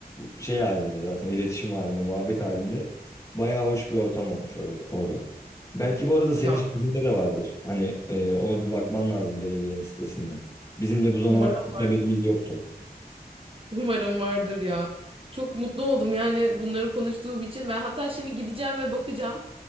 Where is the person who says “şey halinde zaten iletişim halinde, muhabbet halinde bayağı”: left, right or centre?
Left